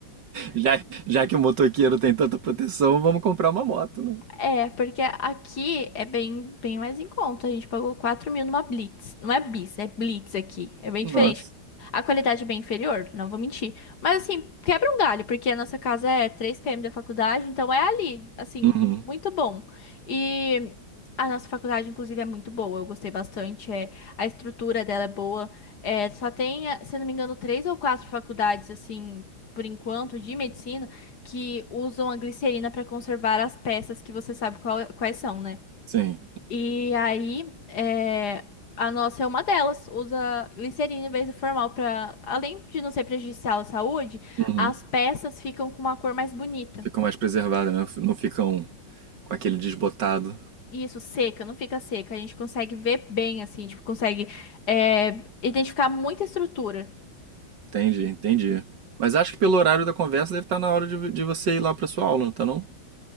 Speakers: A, on the right; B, on the left.
A: Já, já que o motoqueiro tem tanta proteção, vamos comprar uma moto, né?
B: É, porque aqui é bem, bem mais em conta. A gente pagou 4 mil numa Blitz. Não é Bis, é Blitz aqui. É bem
A: Nossa.
B: diferente. A qualidade é bem inferior, não vou mentir. Mas assim, quebra um galho, porque a nossa casa é três km da faculdade, então é ali, assim,
A: Uhum.
B: muito bom. E a nossa faculdade, inclusive, é muito boa. Eu gostei bastante. É, a estrutura dela é boa. É, só tem, se eu não me engano, três ou quatro faculdades, assim, por enquanto, de medicina que usam a glicerina para conservar as peças que você sabe qual- quais são, né?
A: Sim.
B: E aí, é, a nossa é uma delas, usa glicerina em vez do formal para, além de não ser prejudicial à saúde,
A: Uhum.
B: as peças ficam com uma cor mais bonita.
A: Ficam mais preservadas, né? Não ficam com aquele desbotado.
B: Isso, seca, não fica seca. A gente consegue ver bem, assim, tipo, consegue é, identificar muita estrutura.
A: Entendi, entendi. Mas acho que pelo horário da conversa deve estar na hora de, de você ir lá para sua aula, não tá não?